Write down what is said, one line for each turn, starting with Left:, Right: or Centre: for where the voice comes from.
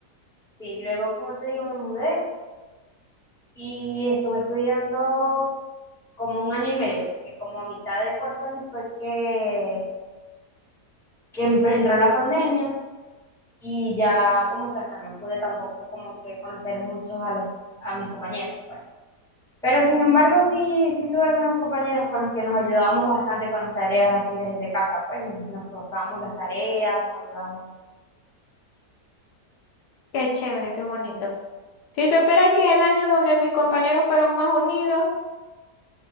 Centre: sí. Luego, como te digo, me mudé y estuve estudiando como un año y medio porque como a mitad de cuarto año fue que, que empe- entró la pandemia. y ya como que ajá, no pude tampoco como que conocer muchos a los a mis compañeros, pues. Pero sin embargo, sí, sí tuve algunos compañeros con los que nos ayudábamos bastante con las tareas así desde casa, pues nos, nos pasábamos las tareas, nos ayudábamos y eso.
Left: Qué chévere, qué bonito. Si supiera que es el año donde mis compañeros fueron más unidos,